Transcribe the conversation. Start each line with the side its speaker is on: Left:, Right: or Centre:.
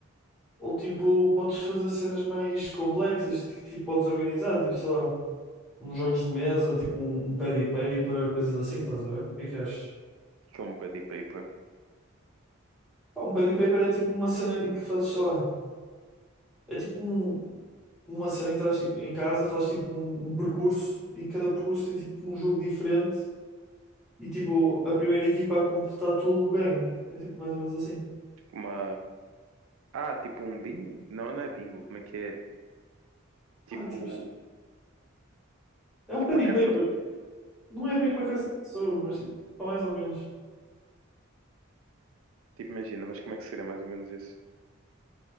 Centre: Ou, tipo, podes fazer cenas mais complexas, que, tipo, podes organizar, tipo, só uns jogos de mesa, tipo, um, um pad e paper, coisas assim, estás a ver? O que é que achas?
Right: O que é um pedi paper?
Centre: Pá, um pad e paper é, tipo, uma cena em que fazes, sei lá, é tipo um uma cena em que estás tipo, em casa, fazes tipo um, um percurso e cada percurso tem tipo um jogo diferente e tipo a primeira equipa a completar tudo ganha. É tipo mais ou menos assim.
Right: Tipo uma. Ah, tipo um bingo? Não, não é bingo, como é que é? Tipo,
Centre: Ah, é tipo, é um
Right: tipo
Centre: pad
Right: uma caça.
Centre: e paper. Não é
Right: hum,
Centre: bem uma caça de tesouro, mas tipo, é mais ou menos.
Right: Tipo, imagina, mas como é que seria mais ou menos isso?